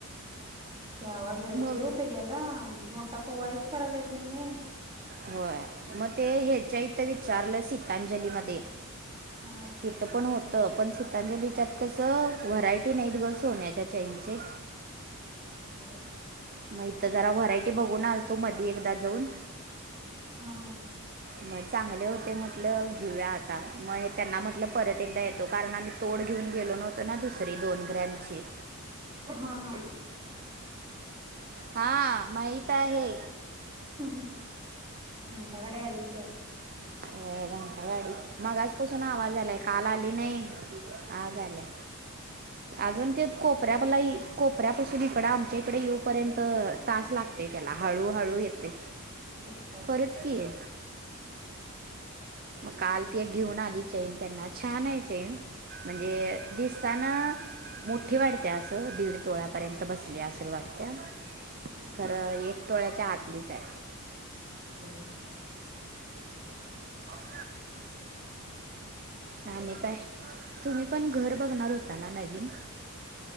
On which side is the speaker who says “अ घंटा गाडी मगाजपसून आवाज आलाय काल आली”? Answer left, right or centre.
Right